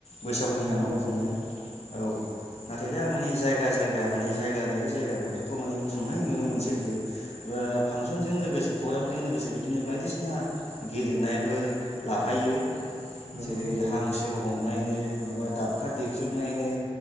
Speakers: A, on the left; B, on the right.
A: बैसागुनि नामाव
B: नंगौ
A: खुंनाय
B: नंगौ
A: औ नाथाय दा माने जायगा जायगा माने जायगा लायै जायगा बेफोरखौ माने खुंनाय नुनो मोनसै आरोखि ओ फांसनजों लोगोसे प्रग्रामजों लोगोसे बिदिनो बायदिसिना गेलेनायफोर लाफायो
B: नंगौ
A: जेरै
B: नंगौ
A: हांसो हमनायनो माबा दाब <unintelligible> देख्रोबनायनि